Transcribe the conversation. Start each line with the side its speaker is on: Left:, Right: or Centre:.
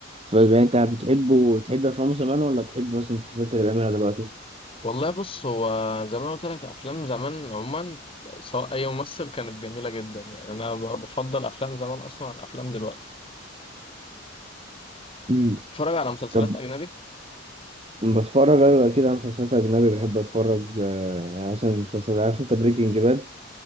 Right: فبقى انت بتحبه تحب افلامه زمان ولا تحب مثلا المسلسلات اللي بيعملها دلوقتي
Left: والله بص هو زي ما أنا قلت لك أفلام زمان عموما سواء أي ممثل كانت جميلة جدا يعني أنا ب- بفضل أفلام زمان أصلا عن أفلام دلوقتي
Right: امم
Left: تتفرج على مسلسلات
Right: طب
Left: أجنبي
Right: بتفرج ايوه اكيد على مسلسلات اجنبي بحب اتفرج آه يعني مثلا مسلسل عارف انت بريكنج باد